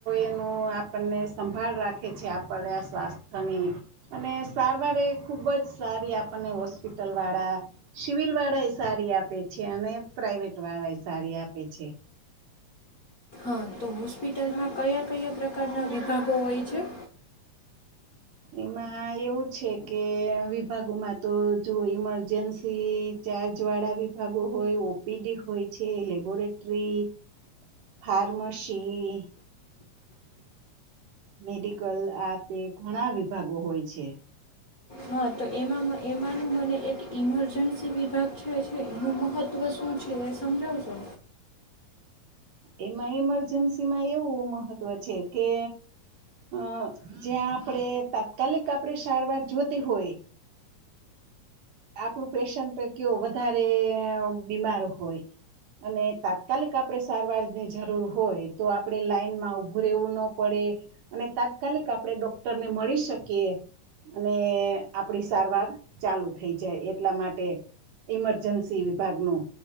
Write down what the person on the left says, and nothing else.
હા તો હોસ્પિટલમાં કયા કયા પ્રકારના વિભાગો હોય છે?
હા તો એમાંમ એમાંનું મને એક ઇમરજન્સી વિભાગ છે છે એનું મહત્ત્વ શું છે? એ સમજાવશો.